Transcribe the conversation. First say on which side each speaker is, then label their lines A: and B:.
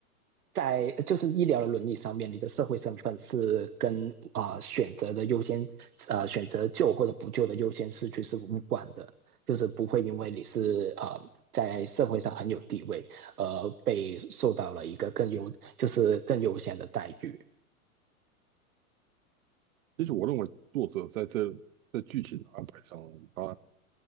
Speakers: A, on the right (about 80°); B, on the right (about 65°).
A: 在就是医疗的伦理上面，你的社会身份是跟啊、呃选择的优先，呃选择救或者不救的优先次序是无关的，就是不会因为你是啊、呃在社会上很有地位，而被受到了一个更优就是更优先的待遇。
B: 其实我认为作者在这在剧情的安排上，他